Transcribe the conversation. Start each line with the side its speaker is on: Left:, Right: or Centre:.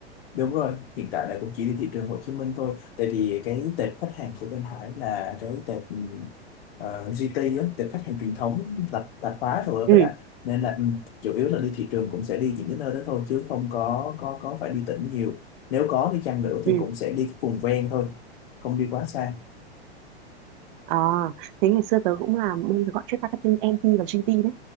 Left: Đúng rồi, hiện tại là cũng chỉ đi thị trường Hồ Chí Minh thôi. Tại vì cái tệp khách hàng của bên Hải là cái tệp ừm, ờ, GT á, tệp khách hàng truyền thống tạp tạp hóa rồi
Right: ừ
Left: với lại nên là ừm, chủ yếu là đi thị trường cũng sẽ đi những cái nơi đó thôi chứ không có có có phải đi tỉnh nhiều. Nếu có đi chăng nữa thì
Right: ừ
Left: cũng sẽ đi cái vùng ven thôi, không đi quá xa.
Right: à, thế ngày xưa tớ cũng làm bên gọi trade marketing MT và GT đấy